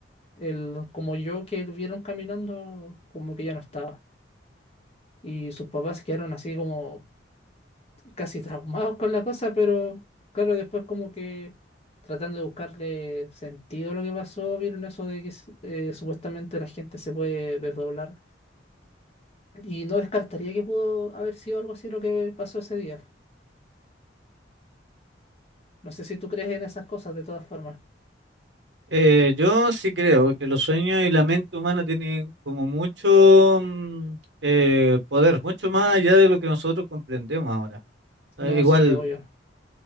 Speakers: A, on the left; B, on the right.
A: él como yo que lo vieron caminando como que ya no estaba. Y sus papás quedaron así como casi traumados con la cosa, pero claro, después como que tratando de buscarle sentido a lo que pasó, vieron eso de que s- eh, supuestamente la gente se puede desdoblar. Y no descartaría que pudo haber sido algo así lo que pasó ese día. No sé si tú crees en esas cosas de todas formas.
B: Eh, yo sí creo que los sueños y la mente humana tienen como mucho mm, eh, poder, mucho más allá de lo que nosotros comprendemos ahora. Eh,
A: No,
B: igual.
A: sí, obvio.